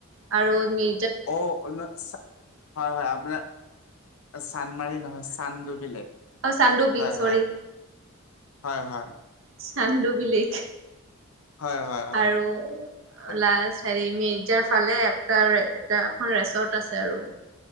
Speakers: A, on the right (about 65°); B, on the left (about 80°).
A: আৰু নি
B: অ' নহয় ছা হয় হয় আপোনাৰ চান্দমাৰী নহয়, চান্দডুবি লেক
A: অ চান্দুবি
B: হয়
A: চৰি
B: হয়। হয় হয়।
A: চান্দডুবি লেক।
B: হয় হয়। হয়
A: আৰু
B: খুব
A: লাষ্ট হেৰি মিৰ্জাৰ ফালে এটা এটা এখন ৰেচৰ্ট আছে আৰু।